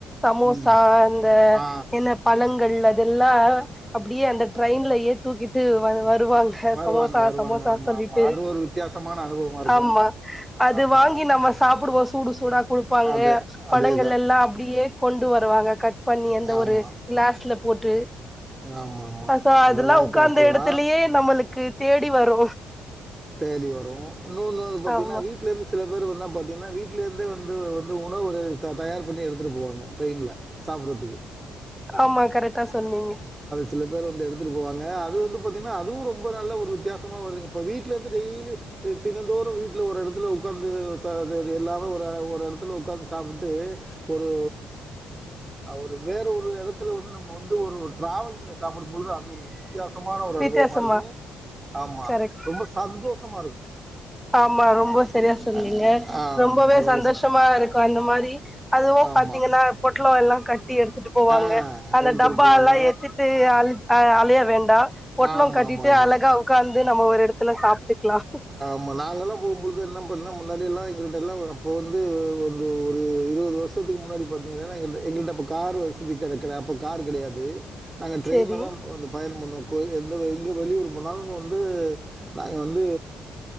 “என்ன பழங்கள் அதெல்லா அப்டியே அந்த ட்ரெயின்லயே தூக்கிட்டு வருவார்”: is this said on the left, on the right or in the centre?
Centre